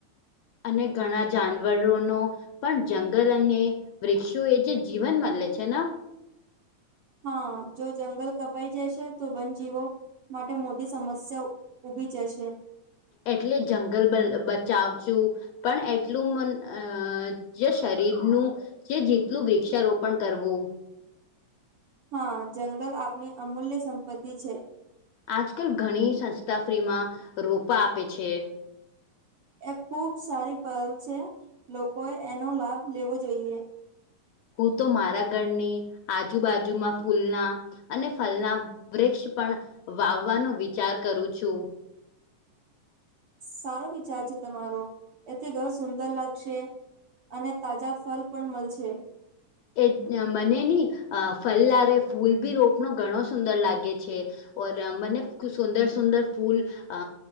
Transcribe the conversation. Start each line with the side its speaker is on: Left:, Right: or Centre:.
Left: અને ઘણા જાનવરોનો પણ જંગલ અને વૃક્ષો એ જે જીવન મળ લે છે ને.
Right: હા જો જંગલ કપાઈ જશે તો બનજીવો. માટે મોટી સમસ્યા ઉઊભી જશે.
Left: એટલે જંગલ બચાવ છું. પણ એટલું મ અ જે શરીરનું જે જેટલું વૃક્ષારોપણ કરવું.
Right: હા જંગલ આપણી અમૂલ્ય સંપત્તિ છે.
Left: આજકાલ ઘણી સંસ્થા ફ્રીમાં રોપા આપે છે.
Right: એ ખુબ સારી પલ છે લોકોએ એનો લાભ લેવો જોઈએ.
Left: હું તો મારા ઘરની આજુબાજુમાં ફૂલના અને ફલના વૃક્ષ પણ વાવવાનો વિચાર કરું છું.
Right: સારો વિચાર છે તમારો એથી ઘ સુંદર લાગશે. અને તાજા ફલ પણ મળશે.
Left: એ મને ની અ ફલદારે ફૂલ બી રોપનો ઘણો સુંદર લાગે છે. ઓર મને સુંદર સુંદર ફૂલ અ